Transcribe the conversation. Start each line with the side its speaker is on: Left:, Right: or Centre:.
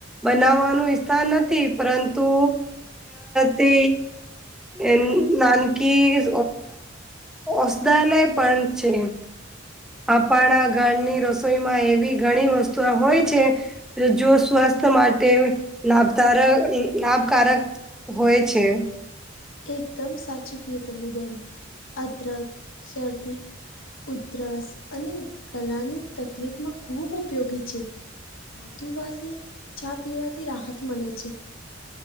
Centre: બનાવવાનું વિઈથાર નથી પરંતુ તે એ નાનકી ઔષધાલય પણ છે અપાણા ઘરની રસોઈમાં એવી ઘણી વસ્તુ હોય છે જો સ્વાસ્થ્ય માટે લાભકારક લાભકારક હોય છે
Left: એકદમ સાચું કીયું તમે બેહેન અદરક શરદી ઉધરસ અને ગળા ની તકલીફમાં ખૂબ ઉપયોગી છે આદુ વાટી ચા પીવાથી રાહત મળે છે